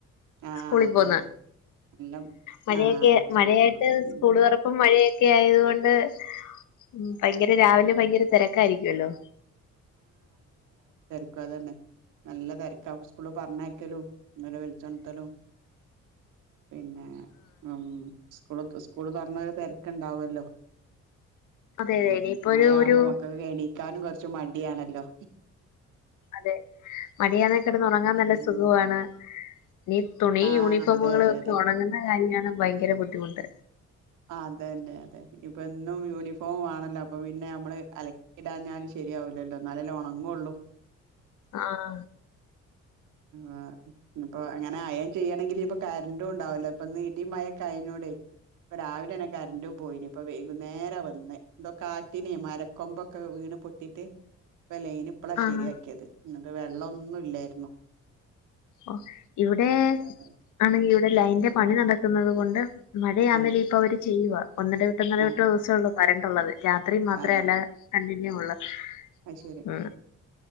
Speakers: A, on the right; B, on the left.
A: ആഹ്
B: സ്കൂളിൽ
A: അതെ
B: പോന്ന്
A: അതെ നല്ല
B: മഴയൊക്കെ
A: ആഹ് അതെ
B: മഴയായിട്ട്
A: സ്കൂള് പോണം ഉം
B: സ്കൂള് തുറപ്പും മഴയെ ക്കെ ആയത് കൊണ്ട് ഉം ഭയങ്കര രാവിലെ ഭയങ്കര തിരക്കായിരിക്കുമല്ലോ
A: ക്ക അതന്നെ നല്ല തിരക്ക സ്കൂള്ള് പറഞ്ഞയക്കലും ബലെ വിളിച്ചൊ ത്തലും പിന്നെ ഉം സ്കൂൾക് സ്കൂള് തൊർന്നൊര ക്ക്ണ്ടാവല്ലോ
B: അതെ ഇനിയിപ്പോ
A: മായാവുമ്പോ
B: ഒരു ഒരു
A: മക്കൾക്ക് എണീക്കാനും കൊ ച്ചു മടിയാണല്ലോ
B: അതെ മഴയാന്നേ കെടന്നൊറങ്ങാൻ നല്ല
A: ഉം
B: സുഖമാണ് നി തുണി
A: ആഹ്
B: യൂണിഫോമുകള്
A: അതെ അതെ
B: ഒക്കെ
A: അതെ
B: ഉണങ്ങുന്ന കാര്യമാണ് ഭയങ്കര ബുദ്ധിമുട്ട്
A: ആ അതെല്ലെ അതെ ഇനിപ്പോ എന്നും യൂണിഫോമ് വാണല്ലോ അപ്പൊ പിന്നെ നമ്മള് അലക്കിടാഞ്ഞാല് ശരിയാവൂലല്ലോ ന്നാലല്ലേ ഉണങ്ങൊള്ളു
B: ആഹ്
A: ആ നിപ്പൊ അങ്ങനെ അയേൺ ചെയ്യണങ്കിലിപ്പൊ ക രണ്ടും ണ്ടാവൂല പ്പൊന്നിടിം മായൊകായനോടെ പ്പൊ രാവിലെന്നെ കരന്റും പോയിന് പ്പൊ വൈകുന്നേര വന്നെ ന്തോ കാറ്റിനെയ് മരക്കൊമ്പൊക്കെ വീണ് പൊ ട്ടീട്ട് പ്പൊ ലൈനിപ്പളാ
B: ആഹ്
A: ശരിയാക്കിയത് ന്നിട്ട് വെള്ളൊന്നുല്ലായിരുന്നു
B: ഓ ഇവിടെ
A: അതെ
B: ആണെങ്കിൽ ഇവിടെ ലൈന്റെ പണി നടക്കുന്നത് കൊണ്ട് മഴയാന്നേലും
A: ആഹ്
B: ഇപ്പൊ അവര് ചെയ്യുവ ഒന്നെട വിട്ട ഒന്നട
A: ആഹ്
B: വിട്ട ദിവസള്ളൂ കരണ്ടുള്ളത് രാത്രി മാത്രേ
A: അതെ
B: അല്ല കണ്ടിന്യൂ ഉള്ളത്
A: അത് ശരി
B: ഉം